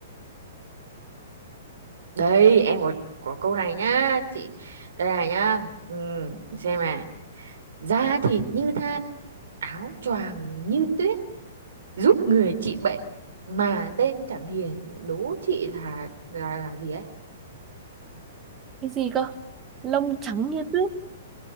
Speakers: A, on the right; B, on the right.
A: Đây, em có có câu này nhá, chị. Đây này nhá. Ừm, xem à. Da thịt như than, áo choàng như tuyết, giúp người trị bệnh mà tên chẳng hiền, đố chị là là là gì ấy?
B: cái gì cơ lông trắng như tuyết